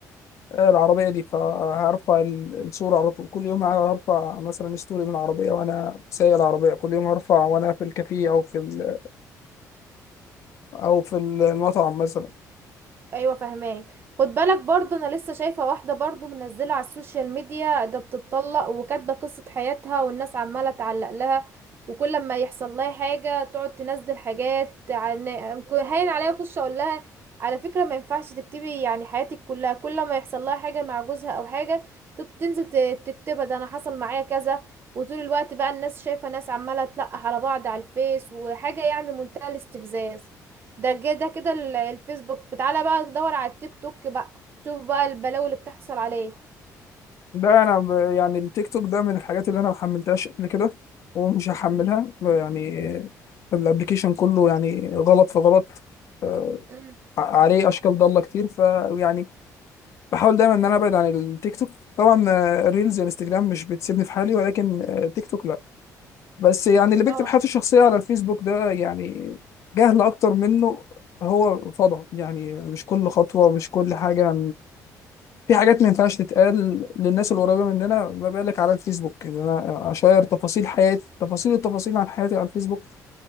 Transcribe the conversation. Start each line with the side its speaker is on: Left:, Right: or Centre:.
Left: آه، العربيه دي فهرفع ال- الصوره على طول كل يوم هرفع مثلا ستوري من العربيه وانا سايق العربيه كل يوم هرفع وانا في الكافيه او في ال- او في المطعم مثلا
Right: ايوه فهماك خد بالك برضو انا لسه شايفه واحده برضو منزله على السوشيال ميديا ده بتتطلق وكاتبه قصه حياتها والناس عماله تعلق لها وكل ما يحصل لها حاجه تقعد تنزل حاجات عن هين عليا اخش اقول لها على فكره ما ينفعش تكتبي يعني حياتك كلها كل ما يحصل لها حاجه مع جوزها او حاجه تت- تنزل ت- تكتبها ده انا حصل معايا كذا وطول الوقت بقى الناس شايفه ناس عماله تلقح على بعض على الفيس وحاجه يعني منتهى الاستفزاز ده كده ده كده ال- الفيسبوك تعالى بقى دور على التيك توك بقى شوف بقى البلاوي اللي بتحصل عليه
Left: ده انا ب- يعني التيك توك ده من الحاجات اللي انا ما حملتهاش قبل كده ومش هحملها يعني الابلكيشن كله يعني غلط في غلط آه،
Right: مم.
Left: عليه اشكال ضاله كتير فيعني بحاول دايما ان انا ابعد عن التيك توك طبعا آه، الريلز والانستجرام مش بتسيبني في حالي ولكن آه، تيك توك لا بس يعني اللي بيكتب
Right: اه
Left: حياته الشخصيه على الفيسبوك ده يعني جهل اكتر منه هو فضى يعني مش كل خطوه مش كل حاجه في حاجات ما ينفعش تتقال للناس القريبه مننا ما بالك على الفيسبوك ان انا اشير تفاصيل حياتي تفاصيل التفاصيل عن حياتي على الفيسبوك